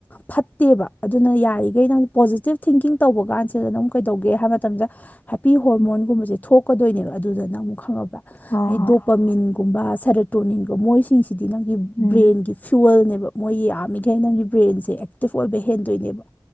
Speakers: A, on the left; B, on the left.
A: ꯐꯠꯇꯦꯕ ꯑꯗꯨꯅ ꯌꯥꯔꯤꯒ‌ꯩ ꯅꯪ ꯄꯣꯖꯤꯇꯤꯕ ꯊꯤꯡꯀꯤꯡ ꯇꯧꯕ ꯀꯥꯟꯁꯤꯗꯅ ꯑꯃꯨꯛ ꯀꯩꯗꯧꯒꯦ ꯍꯥꯏꯕ ꯃꯇꯝꯗ ꯍꯦꯄꯤ ꯍꯣꯔꯃꯣꯟꯒꯨꯝꯕꯁꯦ ꯊꯣꯛꯀꯗꯣꯏꯅꯦꯕ ꯑꯗꯨꯗꯅ ꯑꯃꯨꯛ ꯈꯪꯉꯕ꯭ꯔꯥ
B: ꯍꯣꯏ
A: ꯍꯥꯏ
B: ꯍꯣꯏ
A: <inaudible> ꯄ꯭ꯔꯃꯤꯟꯒꯨꯝꯕ ꯁꯔꯇꯣꯅꯤꯟꯒꯨꯝꯕ ꯃꯣꯏꯁꯤꯡꯁꯤꯗꯤ ꯅꯪꯒꯤ
B: ꯎꯝ
A: ꯕ꯭ꯔꯦꯟꯒꯤ ꯐ꯭ꯂꯨꯋꯦꯜꯅꯦꯕ ꯃꯣꯏ ꯌꯥꯝꯃꯤꯈꯩ ꯅꯪꯒꯤ ꯕ꯭ꯔꯦꯟꯖ‌ꯦ ꯑꯦꯛꯇꯤꯞ ꯑꯣꯏꯕ ꯍꯦꯟꯗꯣꯏꯅꯦꯕ